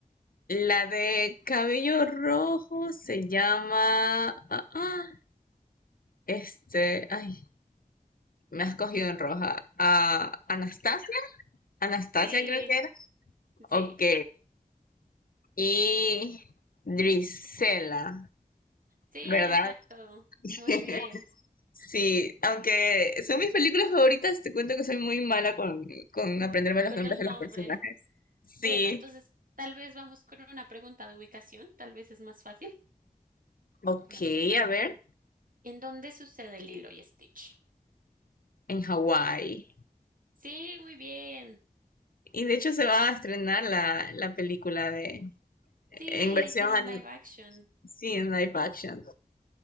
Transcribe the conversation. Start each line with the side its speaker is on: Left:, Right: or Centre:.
Left: La de cabello rojo se llama... ah, ah, este... Ay, me has cogido en roja. Ah, Anastasia. Anastasia
Right: Sí,
Left: creo que era.
Right: sí,
Left: Ok. Y Drizella,
Right: sí,
Left: ¿verdad?
Right: exacto. Muy
Left: <laughs>
Right: bien,
Left: Sí, aunque son mis películas favoritas, te cuento que soy muy mala con, con aprenderme los
Right: con
Left: nombres
Right: los nombres.
Left: de los personajes. Sí,
Right: Bueno, entonces tal vez vamos con una pregunta de ubicación, tal vez es más fácil.
Left: ok,
Right: Mm.
Left: a ver,
Right: ¿En dónde sucede Lilo y Stitch?
Left: en Hawái.
Right: Sí, muy bien.
Left: Y de hecho se va a estrenar la, la película de
Right: Sí,
Left: en versión
Right: le hicieron
Left: anim
Right: live action.
Left: sí, en live action.